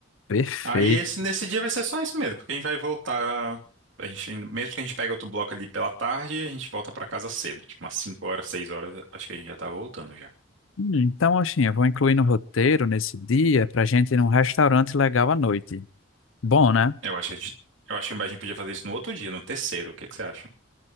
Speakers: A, on the left (about 80°); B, on the right (about 70°).
A: Perfeito.
B: Aí esse, nesse dia vai ser só isso mesmo, porque a gente vai voltar. A gente, ainda- mesmo que a gente pegue outro bloco ali pela tarde, a gente volta pra casa cedo, tipo umas 5 horas, 6 horas, acho que a gente já tá voltando já.
A: Hum, Então, assim, eu vou incluir no roteiro nesse dia para gente ir num restaurante legal à noite. Bom, né?
B: Eu acho que a gente, eu acho que a gente podia fazer isso no outro dia, no terceiro, o que que você acha?